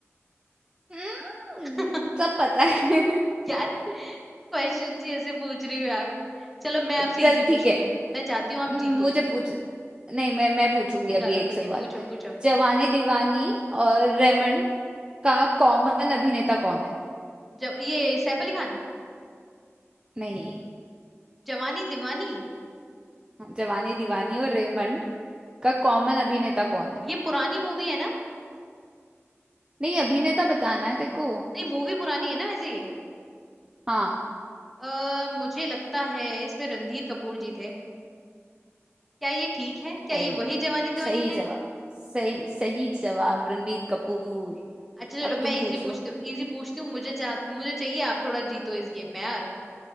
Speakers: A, on the right; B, in the centre.
A: हम्म,
B: <laughs>
A: सब पता है
B: यार क्वेश्चन ही ऐसे पूछ रही हूँ यार चलो मैं आपसे
A: <laughs> चल
B: इजी
A: ठीक
B: पूछती
A: है
B: हूँ मैं चाहती हूँ आप
A: मुझे
B: जीतो
A: पूछ नहीं मैं मैं पूछूंगी अभी
B: चलो
A: एक
B: ठीक
A: सवाल
B: है पूछो पूछो
A: जवानी दीवानी और रेमंड का कॉमन अभिनेता कौन है
B: जब ये सैफ अली खान
A: नहीं
B: जवानी दीवानी
A: जवानी दीवानी और रेमंड का कॉमन अभिनेता कौन है
B: ये पुरानी मूवी है ना
A: नहीं अभिनेता बताना है तेरे को
B: नहीं मूवी पुरानी है ना वैसे ये
A: हाँ
B: आ, मुझे लगता है इसमें रणधीर कपूर जी थे क्या ये ठीक है क्या
A: सही
B: ये
A: है।
B: वही जवानी
A: सही
B: दीवानी है
A: जवाब सही सही जवाब रणबीर कपूर
B: अच्छा चलो
A: अब तुम
B: मैं इजी
A: पूछ
B: पूछती
A: लो
B: हूँ इजी पूछती हूँ मुझे चाह मुझे चाहिए आप थोड़ा जीतो इस गेम में यार